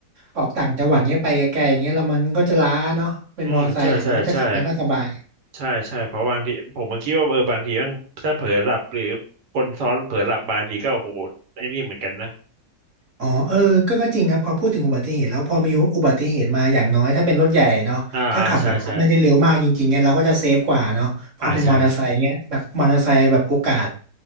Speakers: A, on the right; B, on the right.
A: ออกต่างจังหวัดเงี้ยไปไกลๆอย่างเงี้ยแล้วมันก็จะล้าเนาะเป็นมอเตอร์ไซค์อะมันก็จะขับไม่ค่อยสบาย
B: อืมใช่ใช่ใช่ใช่ใช่เพราะบางทีผมมันคิดว่าเออบางทีมันถ้าเผลอหลับหรือคนซ้อนเผลอหลับมาทีก็โอ้โหไอ้นี่เหมือนกันนะ
A: อ๋อเออก็ก็จริงครับ พอพูดถึงอุบัติเหตุแล้วพอมีอุบัติเหตุมาอย่างน้อยถ้าเป็นรถใหญ่เนาะถ้าขับแบบว่าไม่ได้เร็วมากจริงๆเนี่ยเราก็จะเซฟกว่าเนาะพอเป็นมอเตอร์ไซค์เนี่ยแบบมอเตอร์ไซค์แบบโอกาส
B: อ่าอ่าใช่ใช่อ่าใช่